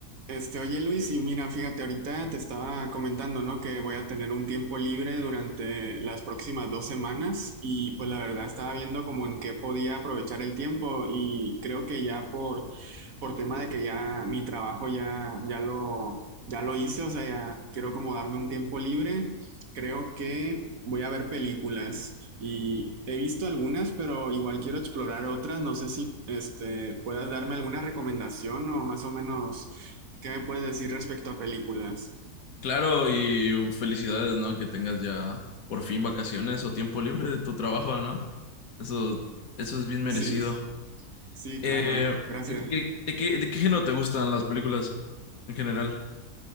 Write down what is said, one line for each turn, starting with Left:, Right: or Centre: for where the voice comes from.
Right: Este, oye Luis, y mira, fíjate, ahorita te estaba comentando, ¿no? Que voy a tener un tiempo libre durante las próximas dos semanas y pues la verdad estaba viendo como en qué podía aprovechar el tiempo y creo que ya por, por tema de que ya mi trabajo ya, ya lo, ya lo hice, o sea, ya quiero como darme un tiempo libre, creo que voy a ver películas y he visto algunas, pero igual quiero explorar otras, no sé si este, puedas darme alguna recomendación o más o menos ¿Qué me puedes decir respecto a películas?
Left: Claro, y uh, felicidades, ¿no? Que tengas ya por fin vacaciones o tiempo libre de tu trabajo, ¿no? Eso, eso es bien merecido.
Right: Sí, sí,
Left: Eh,
Right: claro, gracias.
Left: ¿qué- de qué, de qué género te gustan las películas en general?